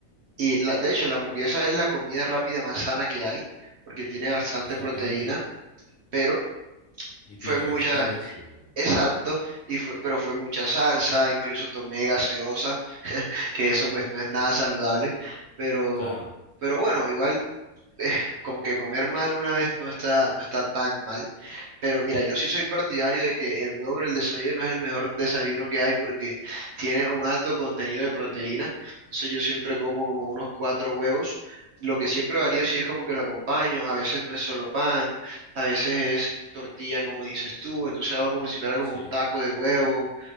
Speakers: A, on the right; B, on the left.
A: Y la, de hecho, la hamburguesa es la comida rápida más sana que hay porque tiene bastante
B: exactamente.
A: proteína, pero
B: Y tiene
A: fue mucha,
B: vegetales. y-
A: exacto, y fue, pero fue mucha salsa, incluso tomé gaseosa, que eso pues no es
B: Sí,
A: nada saludable, pero...
B: claro.
A: Pero bueno, igual eh, como que comer mal una vez no está, no está tan mal. Pero mira, yo sí soy partidario de que el huevo en el desayuno es el mejor desayuno que hay porque tiene un alto contenido de proteína. Entonces yo siempre como como unos cuatro huevos. Lo que siempre varía si es como que lo acompaño. A veces no es solo pan, a veces es tortilla, como dices tú. Entonces hago como si fuera como
B: Sí,
A: un taco de huevo